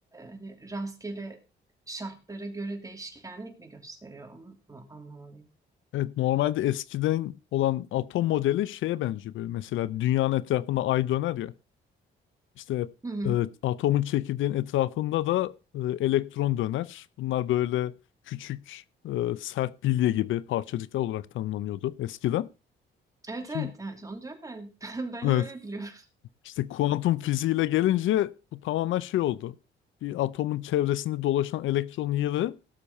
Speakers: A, on the right; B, on the left.
A: hani rastgele şartlara göre değişkenlik mi gösteriyor onu mu anlamalıyım?
B: Evet normalde eskiden olan atom modeli şeye benziyor böyle. Mesela dünyanın etrafında ay döner ya. İşte
A: Hı hı.
B: e, atomun çekirdeğin etrafında da e, elektron döner. Bunlar böyle küçük e, sert bilye gibi parçacıklar olarak tanımlanıyordu eskiden.
A: Evet
B: Şimdi,
A: evet yani işte onu diyorum ben <laughs> ben
B: evet,
A: öyle biliyorum.
B: işte kuantum fiziğiyle gelince bu tamamen şey oldu. Bir atomun çevresinde dolaşan elektron yeri